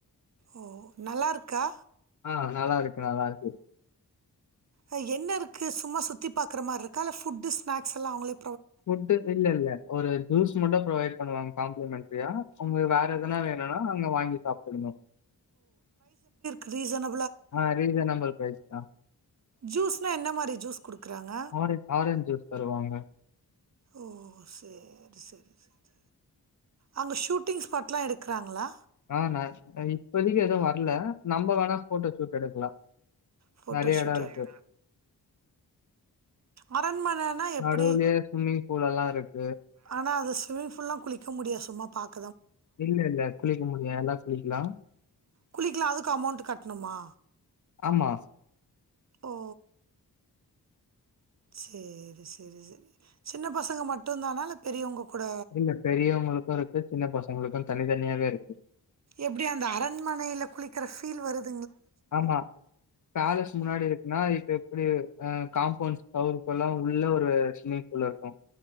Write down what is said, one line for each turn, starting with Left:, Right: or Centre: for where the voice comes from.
Right: ஓ நல்லா இருக்கா
Left: ஆ நல்லா இருக்கு நல்லா இருக்கு
Right: அ என்ன இருக்கு சும்மா சுத்தி பாக்குற மாரி இருக்க ஃபுட் ஸ்னாக்ஸ்ல்லா அவுங்களே
Left: ஃபுட்டு இல்ல இல்ல ஒரு ஜூஸ் மட்டு ப்ரொவைட் பண்ணுவாங்க காம்ப்ளிமென்ட்ரியா உங்க வேற எதனா வேணும்னா அங்க வாங்கி சாப்ட்க்குணு
Right: கிரீசன
Left: ஆ ரீசனபல் பிரைஸ்தா
Right: ஜூஸ்ன்னா என்ன மாறி ஜூஸ் குடுக்குறாங்க
Left: ஆரஞ் ஆரஞ்ச் ஜூஸ் தருவாங்க.
Right: ஓ சேரி சேரி ச ச அங்க ஷூட்டிங் ஸ்பாட்லா எடுக்கிறாங்களா
Left: ஆ நா இப்போதைக்கு எதுவு வரல நம்ம வேணா போட்டோ சூட் எடுக்கலா
Right: ஃபோட்டோ
Left: நெறைய
Right: ஷூட்
Left: எடோ இருக்கு
Right: எடு அரண்மனனா எப்பிடி
Left: நடுவுலயே ஸ்விம்மிங் பூல் எல்லாம் இருக்கு.
Right: ஆனா அது திவி ஃபுல்லா குழிக்க முடியா சும்மா பாக்
Left: இல்ல இல்ல குளிக்க முடியு எல்லா குளிக்கலா
Right: குளிக்கலா அதுக்கு அமௌண்ட் கட்டணுமா
Left: ஆமா
Right: ஓ சேரி சேரி சேரி சின்ன பசங்க மட்டுதானா இல்ல பெரியவங்க கூட
Left: இல்ல பெரியவங்களுக்கும் இருக்கு. சின்ன பசங்களுக்கும் தனித்தனியாவே இருக்கு.
Right: எப்டி அந்த அரண்மனைல குளி க்கிற ஃபீல் வருது
Left: ஆமா பேலஸ் முன்னாடி இருக்குன்னா இப்ப எப்டி ஆ காம்பவுண்ட் சவுரு ஃபுல்லா உள்ள ஒரு ஸ்விம்மிங் பூல் இருக்கு